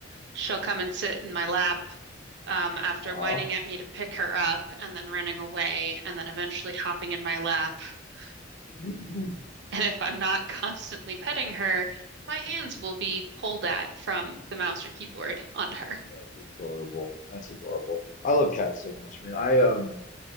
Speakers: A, on the right; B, on the left.
A: she'll come and sit in my lap um, after
B: Aw.
A: whining at me to pick her up and then running away and then eventually hopping in my lap. <laughs>
B: <laughs>
A: And if I'm not constantly petting her, my hands will be pulled at from the mouse or keyboard onto her.
B: That's adorable. That's adorable. I love cats so much, man. I um